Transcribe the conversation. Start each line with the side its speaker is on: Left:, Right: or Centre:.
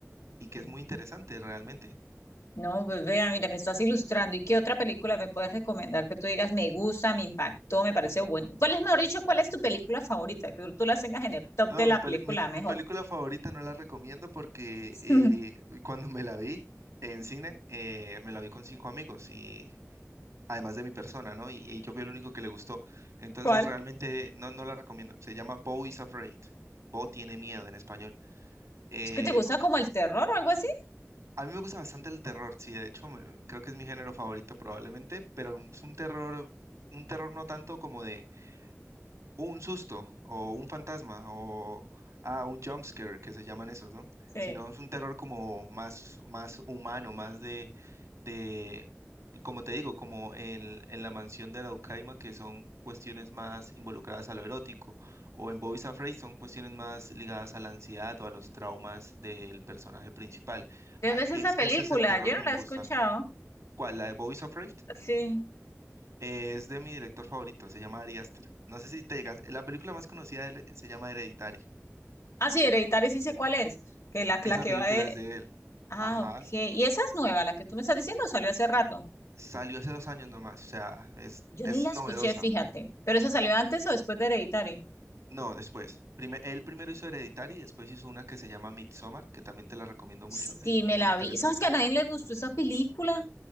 Right: y
Left: <laughs>
Right: que es muy interesante realmente.
Left: No, pues vea, mira, me estás ilustrando. ¿Y qué otra película me puedes recomendar que tú digas me gusta, me impactó, me parece bueno? ¿Cuál es, mejor dicho, cuál es tu película favorita? Que tú la tengas en el top
Right: No,
Left: de la
Right: mi, peli-
Left: película
Right: mi-
Left: mejor.
Right: mi película favorita no la recomiendo porque
Left: <laughs>
Right: eh, cuando me la vi en cine, eh, me la vi con cinco amigos y además de mi persona, ¿no? Y, y yo fui el único que le gustó. Entonces
Left: ¿Cuál?
Right: realmente no, no la recomiendo. Se llama Bo is Afraid. Bo tiene miedo en español. Eh,
Left: ¿Es que te gusta como el terror o algo así?
Right: a mí me gusta bastante el terror, sí, de hecho me- creo que es mi género favorito probablemente, pero es un terror, un terror no tanto como de un susto o un fantasma o ah, un jumpscare que se llaman esos, ¿no?
Left: Sí,
Right: Sino
Left: ¿De
Right: es un terror como más, más humano, más de, de, como te digo, como en, en la mansión de Araucaima, que son cuestiones más involucradas a lo erótico, o en Boys Afraid son cuestiones más ligadas a la ansiedad o a los traumas del personaje principal.
Left: dónde
Right: Ah,
Left: es esa
Right: es,
Left: película?
Right: ese es el terror
Left: Yo
Right: que
Left: no
Right: me
Left: la he
Right: gusta.
Left: escuchado.
Right: ¿Cuál? ¿La de Boys Afraid?
Left: sí.
Right: Es de mi director favorito, se llama Ari Aster. No sé si te digas, la película más conocida de él eh, se llama Hereditary.
Left: Ah, sí, Hereditario, sí sé cuál es. Que la,
Right: Esa
Left: la que
Right: película
Left: va de.
Right: es de él.
Left: Ah,
Right: Ajá,
Left: ok. ¿Y esa es nueva, la que tú me estás diciendo? o Salió hace rato.
Right: salió hace dos años nomás, o sea, es,
Left: Yo
Right: es
Left: ni la escuché,
Right: novedosa.
Left: fíjate. ¿Pero esa salió antes o después de Hereditario?
Right: No, después. Prime- él primero hizo Hereditary, después hizo una que se llama Midsommar, que también te la recomiendo
Left: Sí,
Right: mucho, es muy
Left: me la
Right: interesante.
Left: vi. ¿Sabes que a nadie le gustó esa película?